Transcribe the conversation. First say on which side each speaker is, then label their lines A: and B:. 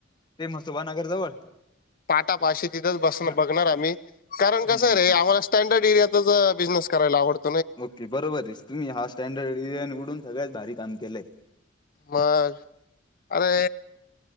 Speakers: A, on the left (about 25°); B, on the left (about 50°).
A: ते म सुभानगर जवळ?
B: पाशी तिथचं बस
A: हा
B: बघणार आम्ही, कारण
A: हम्म
B: कसय
A: हम्म
B: रे
A: हम्म.
B: आम्हाला स्टँड डर्ड एरियातच अं बिझनेस करायला आवडत.
A: ओके, बरोबर आहेस तुम्ही हा स्टँडर्ड एरिया उडून सगळ्यात भारी काम केलंय.
B: मग अरे